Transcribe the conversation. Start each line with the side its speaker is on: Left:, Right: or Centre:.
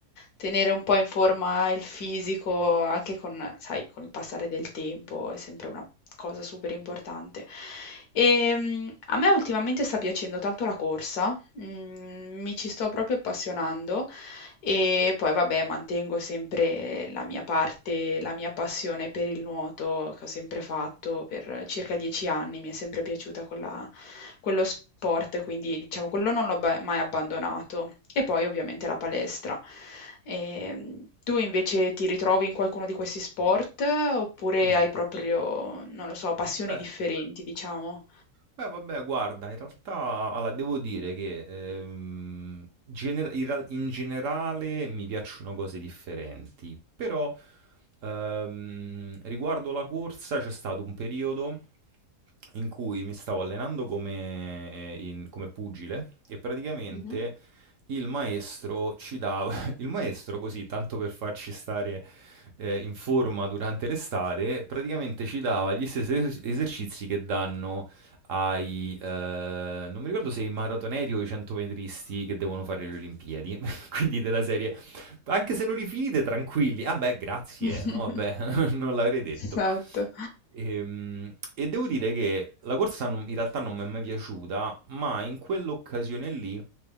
Left: tenere un po' in forma il fisico, anche con, sai, con il passare del tempo, è sempre una cosa super importante. E, mm, a me ultimamente sta piacendo tanto la corsa, mm, mi ci sto proprio appassionando. E poi vabbè, mantengo sempre la mia parte, la mia passione per il nuoto che ho sempre fatto per circa dieci anni, mi è sempre piaciuta quella- quello sport, quindi diciamo quello non l'ho ba- mai abbandonato. E poi ovviamente la palestra. Ehm, tu invece ti ritrovi in qualcuno di questi sport oppure
Right: Mh.
Left: hai proprio, non lo so, passioni
Right: Beh
Left: differenti, diciamo?
Right: Beh, vabbè, guarda, in realtà, allora, devo dire che ehm, gener- in, real- in generale mi piacciono cose differenti, però ehm, riguardo la corsa c'è stato un periodo in cui mi stavo allenando come, eh, in- come pugile e praticamente
Left: Mhm.
Right: il maestro ci dava, <laughs> il maestro così, tanto per farci stare eh, in forma durante l'estate, praticamente ci dava gli stessi es- esercizi che danno hai, ehm, non mi ricordo se i maratoneti o i centometristi che devono fare le Olimpiadi, <laughs> quindi della serie: "Anche se non li finite tranquilli". "Ah beh grazie,
Left: <laughs>
Right: no vabbè, <laughs> non l'avrei detto".
Left: Esatto.
Right: Ehm, e devo dire che la corsa non in realtà non m'è mai piaciuta, ma in quell'occasione lì